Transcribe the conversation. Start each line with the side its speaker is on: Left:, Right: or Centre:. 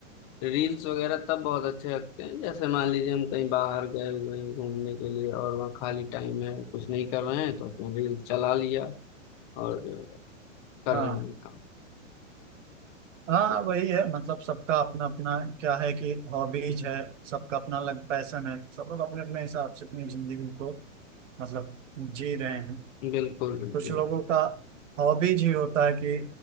Left: रील्स वगैरह तब बहुत अच्छे लगते हैं जैसे मान लीजिए हम कहीं बाहर गए हुए हैं घूमने के लिए और वहाँ खाली टाइम है कुछ नहीं कर रहे हैं तो अपने रील्स चला लिया और जो है, कर
Right: हाँ
Left: रहे हैं काम
Right: हाँ
Left: तो
Right: वही है मतलब सबका अपना अपना क्या है कि हॉबीज है सबका अपना अलग पैशन है सब लोग अपने अपने हिसाब से अपनी जिंदगी को मतलब जी रहे हैं
Left: बिल्कुल बिल्कुल
Right: कुछ लोगों का हॉबीज ही होता है कि